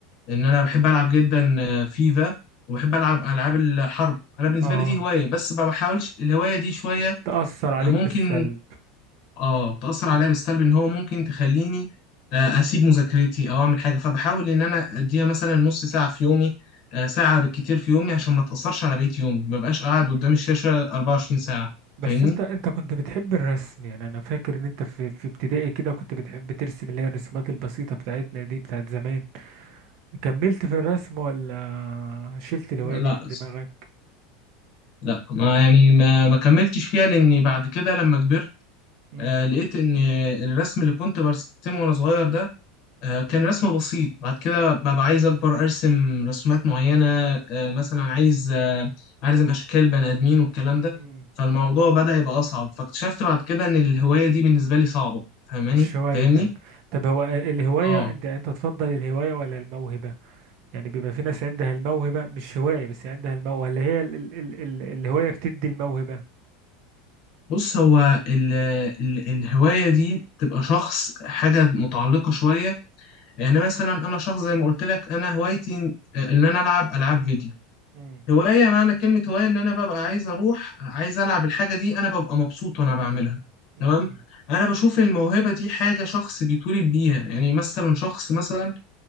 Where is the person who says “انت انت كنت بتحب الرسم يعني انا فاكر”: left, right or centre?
Right